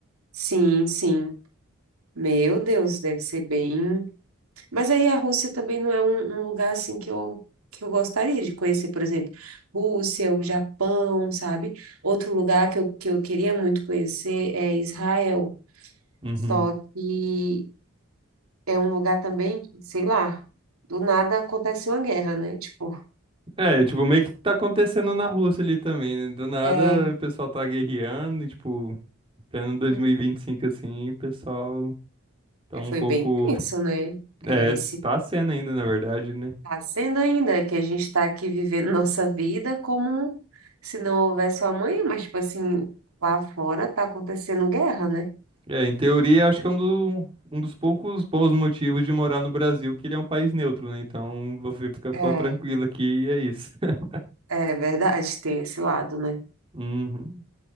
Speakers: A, on the right; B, on the right.
A: Sim, sim. Meu Deus, deve ser bem. Mas aí a Rússia também não é um, um lugar assim que eu que eu gostaria de conhecer, por exemplo, Rússia, o Japão, sabe? Outro lugar que eu, que eu queria muito conhecer é Israel.
B: Uhum.
A: Só que é um lugar também que, sei lá, do nada acontece uma guerra, né? Tipo,
B: É, tipo, meio que tá acontecendo na Rússia ali também, né? Do nada
A: É,
B: o pessoal tá guerreando e, tipo, pleno 2025
A: Uhum.
B: assim, o pessoal tá
A: é,
B: um
A: foi
B: pouco.
A: bem tenso, né? É,
B: É,
A: esse
B: tá sendo ainda, na verdade, né?
A: tá sendo ainda que a gente está aqui vivendo <laughs> nossa vida como se não houvesse amanhã, mas tipo assim, lá fora tá acontecendo guerra, né?
B: É, em teoria, acho que é um, do, um dos poucos bons motivos de morar no Brasil, que ele é um país neutro, né? Então você fica
A: É,
B: só tranquilo aqui e é isso. <laughs>
A: é verdade, tem esse lado, né?
B: Uhum.